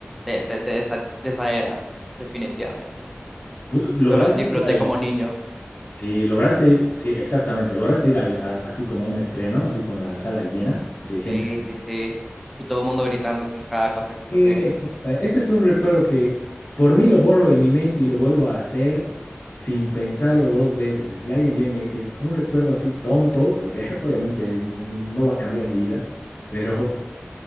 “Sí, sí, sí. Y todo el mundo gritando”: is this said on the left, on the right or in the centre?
Centre